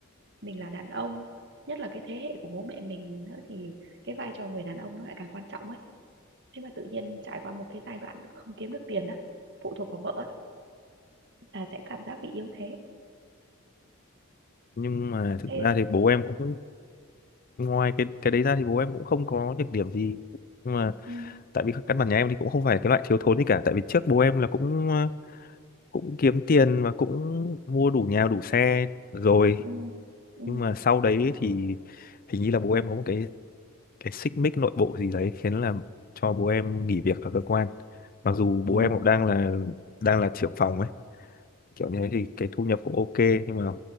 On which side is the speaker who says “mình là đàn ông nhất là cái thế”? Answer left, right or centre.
Right